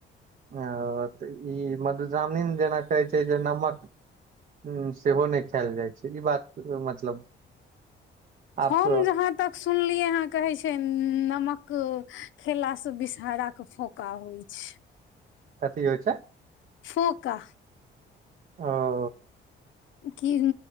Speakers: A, on the right; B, on the left.
A: आ तऽ ई मधुश्रवनि में जेना कहैत छै जे नमक उ सेहो नहि खायल जाइ छै ई बात मतलब आब
B: हम
A: तऽ
B: जहाँ तक सुनलियै अहाँ कहे छै नमक खेला से बिषहरा के फोका होइ छै
A: कथी होइ छै
B: फोका
A: ओ
B: कि